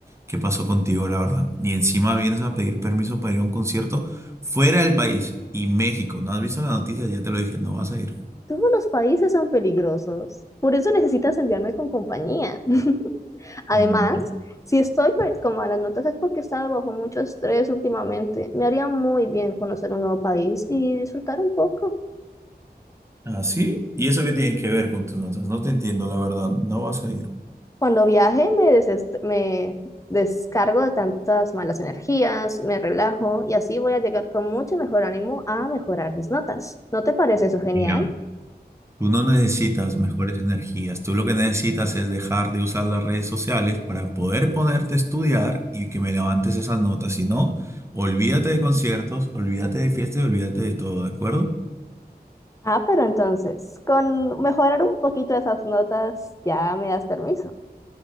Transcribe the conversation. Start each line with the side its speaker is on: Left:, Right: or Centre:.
Right: qué pasó contigo, la verdad. Y encima vienes a pedir permiso para ir a un concierto fuera del país y México. ¿No has visto la noticia? Ya te lo dije, no vas a ir.
Left: Todos los países son peligrosos. Por eso necesitas enviarme con compañía. <laughs> Además,
Right: No.
Left: si estoy pues, con malas notas es porque he estado bajo mucho estrés últimamente. Me haría muy bien conocer un nuevo país y disfrutar un poco.
Right: ¿Ah, sí? ¿Y eso qué tiene que ver con tus notas? No te entiendo, la verdad. No vas a ir.
Left: Cuando viaje me, desest- me descargo de tantas malas energías, me relajo y así voy a llegar con mucho mejor ánimo a mejorar mis notas. ¿No te parece eso genial?
Right: Mira. Tú no necesitas mejores energías, tú lo que necesitas es dejar de usar las redes sociales para poder ponerte a estudiar y que me levantes esas notas. Si no, olvídate de conciertos, olvídate de fiestas, y olvídate de todo, ¿de acuerdo?
Left: Ah, pero entonces, con mejorar un poquito esas notas ya me das permiso.